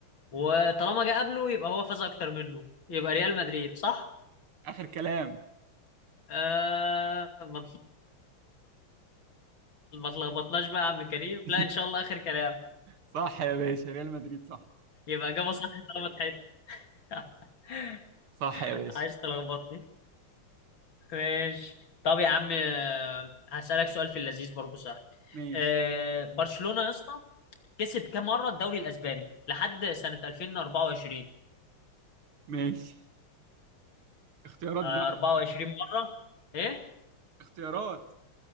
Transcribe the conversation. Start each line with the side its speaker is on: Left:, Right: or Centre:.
Left: وطالما جه قبله يبقى هو فاز اكتر منه يبقى ريال مدريد صح
Right: اخر كلام
Left: أه ما تل- ما تلخبطناش بقى يا عم كريم
Right: <laughs>
Left: لا ان شاء الله اخر كلام
Right: صح يا باشا ريال مدريد صح
Left: يبقى اجابة صح طالما اتحاد <laughs>
Right: صح يا باشا
Left: عايز تلخبطني ماشي طب يا عم آه، هسألك سؤال في اللذيذ برضو سهل
Right: ماشي
Left: آه، برشلونة يا اسطى كسب كام مرة الدوري الأسباني لحد سنة 2024
Right: ماشي اختيارات
Left: آه،
Right: بقى
Left: 24 مرة إيه؟
Right: اختيارات